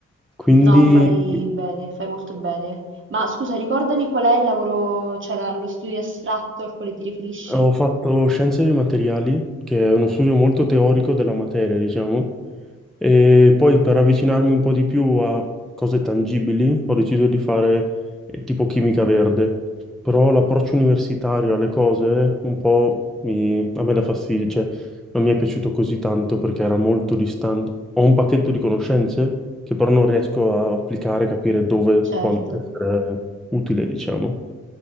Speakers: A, in the centre; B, on the right.
A: Quindi
B: No, fai bene, fai molto bene. Ma scusa, ricordami qual è il lavoro, cioè la- lo studio astratto al quale ti riferisci?
A: Ho fatto Scienze dei Materiali, che è uno studio molto teorico della materia, diciamo, e poi per avvicinarmi un po' di più a cose tangibili ho deciso di fare eh, tipo chimica verde, però l'approccio universitario alle cose un po' mi- a me dà fastidio, cioè non mi è piaciuto così tanto perché era molto distante. Ho un pacchetto di conoscenze che però non riesco a applicare, capire dove può
B: Certo.
A: essere utile, diciamo.